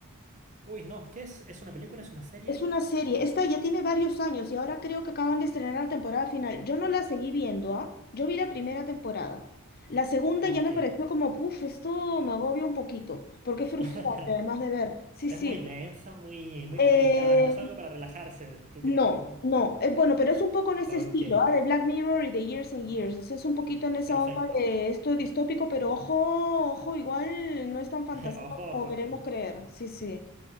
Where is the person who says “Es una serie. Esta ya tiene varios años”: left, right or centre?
Left